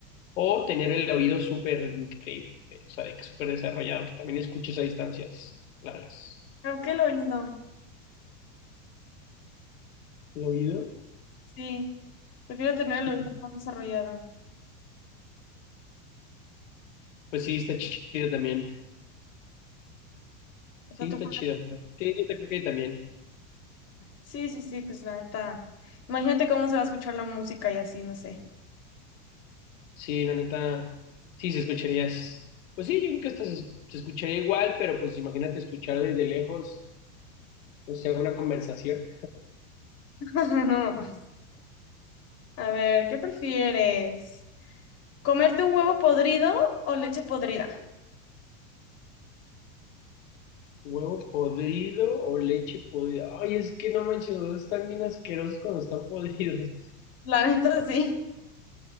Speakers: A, on the left (about 75°); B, on the left (about 40°).
A: o tener el oído súper increíble, o sea, de que súper desarrollado, que también escuches a distancias largas.
B: Creo que el oído.
A: ¿El oído?
B: Sí. Prefiero tener
A: Sí.
B: el oído más desarrollado.
A: Pues sí, está chido también.
B: O
A: Sí,
B: sea, tú.
A: está chido. Sí, yo también creo que también.
B: Sí, sí, sí, pues la neta. Imagínate cómo se va a escuchar la música y así, no sé.
A: Sí, la neta, sí se escucharía. s- Pues sí, yo creo que hasta se, se escucharía igual, pero pues imagínate escuchar desde lejos, o sea, una conversación.
B: <laughs> No, pues. A ver, ¿qué prefieres? ¿Comerte un huevo podrido o leche podrida?
A: Huevo podrido o leche podrida. Ay, es que no manches, los dos están bien asquerosos cuando están <laughs> podridos.
B: La neta, sí.